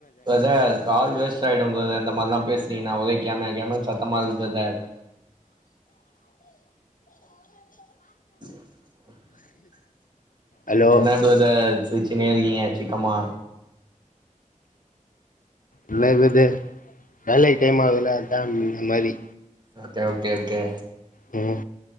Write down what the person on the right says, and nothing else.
பிரதர் கால் வேஸ்டு ஆயிடு பிரதர் இந்த மாரிலாம் பேசி இனிக்கு நா ஒ கம கம சத்தமா இருக்கு பிரதர் <inaudible> <unintelligible>
என்ன பிரதர் சி <unintelligible> இருக்கீங்க சீக்கமா
ஓகே ஓகே ஓகே